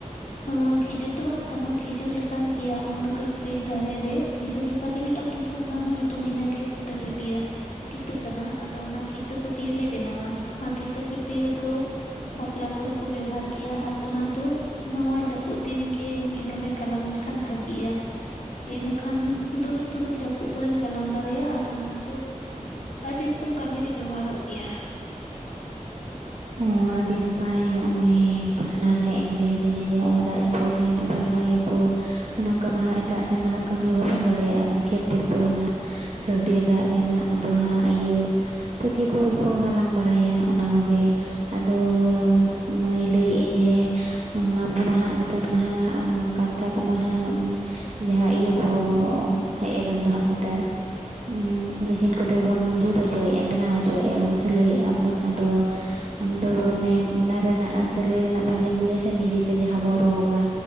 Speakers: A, on the left; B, on the right.
A: ᱦᱚᱸ ᱠᱷᱮᱡᱩᱨ ᱫᱚ ᱵᱟᱝ ᱠᱟᱱᱟ ᱠᱷᱮᱡᱩᱨ ᱞᱮᱠᱟᱱ ᱜᱮᱭᱟ ᱚᱱᱟ ᱫᱚ ᱠᱟᱹᱡ ᱠᱟᱹᱡ ᱫᱟᱨᱮ ᱨᱮ ᱾ ᱠᱷᱤᱡᱩᱨ ᱞᱮᱠᱟᱜᱮ ᱧᱮᱞᱚᱜᱼᱟ ᱠᱤᱱᱛᱩ ᱚᱱᱟ ᱦᱚᱸ ᱧᱩᱛᱩᱢ ᱵᱷᱤᱱᱟᱹ ᱜᱮᱭᱟ ᱠᱤᱛᱟᱹ ᱯᱟᱹᱴᱤᱭᱟᱹ ᱾ ᱠᱤᱛᱟᱹ ᱠᱟᱱᱟ ᱟᱫᱚ ᱚᱱᱟ ᱠᱤᱛᱟᱹ ᱯᱟᱹᱴᱤᱭᱟᱹ ᱞᱮ ᱵᱮᱱᱟᱣᱟ ᱟᱨ ᱠᱤᱛᱟᱹ ᱯᱟᱹᱴᱤᱭᱟᱹ ᱫᱚ ᱵᱟᱯᱞᱟ ᱠᱚᱨᱮ ᱠᱚ ᱵᱮᱣᱦᱟᱨ ᱜᱮᱭᱟ ᱟᱨ ᱚᱱᱟᱫᱚ ᱱᱚᱣᱟ ᱡᱟᱹᱯᱩᱫ ᱫᱤᱱ ᱜᱮ ᱢᱤᱢᱤᱫ ᱱᱚᱸᱰᱮ ᱜᱟᱞᱟᱝ ᱞᱮᱠᱷᱟᱱ ᱵᱷᱟᱜᱤᱜᱼᱟ ᱾ ᱤᱱᱟᱹ ᱠᱷᱟᱱ ᱫᱩᱨᱩᱵ ᱫᱩᱨᱩᱵ ᱡᱟᱹᱯᱩᱜ ᱠᱚᱨᱮᱢ ᱜᱟᱞᱟᱝ ᱵᱟᱨᱟᱭᱟ ᱟᱨ ᱚᱱᱟ ᱫᱚ
B: <inaudible>
A: ᱟᱹᱰᱤ ᱨᱚᱠᱚᱢ ᱠᱟᱹᱢᱤ ᱨᱮ ᱵᱮᱵᱚᱦᱟᱨᱚᱜ ᱜᱮᱭᱟ ᱾
B: ᱚᱸ ᱟᱹᱰᱤ ᱱᱟᱯᱟᱭ ᱦᱚᱸᱜᱼᱚᱭ ᱯᱟᱥᱱᱟᱣ ᱥᱟᱺᱦᱤᱡ ᱮᱢ ᱞᱟᱹᱭ ᱟᱹᱫᱤᱧᱟ ᱡᱮ ᱚᱸᱜᱼᱚᱭ ᱫᱟᱜ ᱡᱟᱹᱯᱩᱫ ᱫᱤᱱ ᱟᱵᱚᱨᱮᱱ ᱟᱭᱳ ᱠᱚ ᱢᱟᱱᱮ ᱚᱝᱠᱟ ᱢᱟ ᱦᱟᱜ ᱮᱴᱟᱜ ᱥᱮᱱ ᱢᱟ ᱦᱟᱜ ᱠᱟᱹᱢᱤ ᱵᱟᱵᱚᱱ ᱫᱟᱲᱮᱭᱟᱜᱼᱟ, ᱢᱟᱱᱮ ᱠᱷᱮᱛ ᱵᱟᱹᱫᱽ ᱠᱚᱨᱮ ᱢᱟ ᱦᱟᱸᱜ ᱾ ᱥᱟᱹᱨᱫᱤ ᱫᱟᱜ ᱨᱮᱢᱟ ᱟᱫᱚ ᱦᱟᱸᱜ ᱤᱭᱟᱹ ᱯᱟᱹᱴᱤᱭᱟᱹ ᱠᱚᱜᱮ ᱠᱚ ᱜᱟᱞᱟᱝ ᱵᱟᱲᱟᱭᱟ ᱚᱱᱟ ᱠᱚᱜᱮ, ᱟᱫᱚ ᱢᱟᱹᱭ ᱞᱟᱹᱭᱮᱜ ᱮᱧ ᱡᱮ ᱟᱵᱚ ᱢᱟ ᱦᱟᱜ ᱱᱮᱛᱟᱨ ᱢᱟᱦᱟᱜ ᱠᱟᱱᱛᱷᱟ ᱠᱚ ᱢᱟᱦᱟᱜ ᱡᱟᱦᱟᱸ ᱤᱭᱟᱹ ᱠᱚ ᱦᱮᱡ ᱟᱠᱟᱱ ᱫᱚ ᱦᱟᱸᱜ ᱱᱮᱛᱟᱨ ᱾ ᱩᱸᱜ ᱢᱮᱥᱤᱱ ᱠᱚᱛᱮ ᱜᱮ ᱵᱚᱱ ᱡᱩᱛ ᱦᱚᱪᱚᱭᱮᱜᱼᱟ ᱵᱮᱱᱟᱣ ᱦᱚᱪᱚᱭᱮᱜᱼᱟ ᱵᱚᱱ ᱥᱮ ᱞᱟᱹᱭᱮᱜᱼᱟ ᱵᱚᱱ ᱟᱫᱚ ᱟᱢ ᱫᱚ ᱚᱱᱮᱢ ᱚᱱᱟ ᱨᱮᱱᱟᱜ ᱥᱟᱹᱞᱟᱹᱭ ᱨᱮᱱᱟᱜ ᱵᱷᱟᱜᱮᱢ ᱵᱩᱡᱟ ᱥᱮ ᱱᱤᱡᱮᱛᱮ ᱡᱟᱦᱟᱸ ᱵᱚᱱ ᱨᱳᱜᱼᱟ?